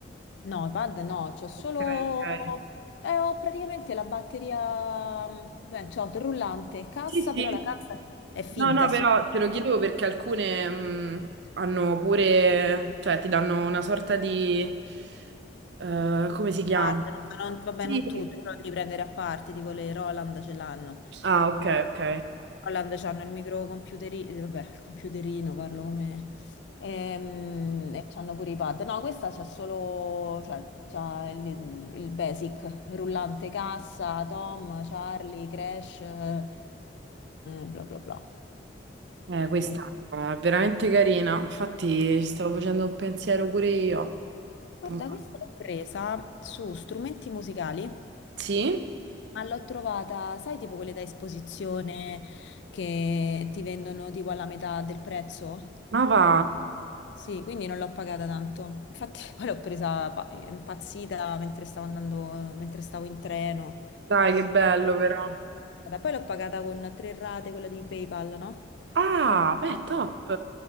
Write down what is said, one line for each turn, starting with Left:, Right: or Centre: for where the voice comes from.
Left: No, pad no, c'ho solo...
Right: Ok, ok.
Left: eh, ho praticamente la batteria... mm, Beh, c'ho il rullante, cassa,
Right: Sì, sì.
Left: però la cassa è finta,
Right: No, no,
Left: è solo...
Right: però te lo chiedevo perché alcune mh, hanno pure, cioè ti danno una sorta di... eh, come si chiama?
Left: parte, no? Ma non- vabbè,
Right: Sì.
Left: non tutte, però devi prendere a parte, tipo le Roland ce l'hanno.
Right: Ah, ok,
Left: Le
Right: ok.
Left: Roland c'hanno il microcomputerino, eh, vabbè, il computerino, parlo come... Ehm, E, c'hanno pure i pad. No, questa c'ha solo, cioè, c'ha il, il basic, rullante cassa, Tom, Charlie, Crash, eh, bla bla bla.
Right: Eh, questa
Left: Eh,
Right: è veramente carina, infatti ci stavo facendo un pensiero pure io.
Left: guarda,
Right: Non so.
Left: questa l'ho presa su strumenti musicali
Right: Sì?
Left: Ma l'ho trovata, sai, tipo quelle da esposizione che ti vendono tipo alla metà del prezzo?
Right: Ma va,
Left: Sì, quindi non l'ho pagata tanto. Infatti, <laughs> poi l'ho presa pa- impazzita mentre stavo andando, mentre stavo in treno.
Right: dai che bello
Left: Sì,
Right: però.
Left: Poi l'ho pagata con tre rate, quella di PayPal, no?
Right: Ah,
Left: Quindi...
Right: beh, top.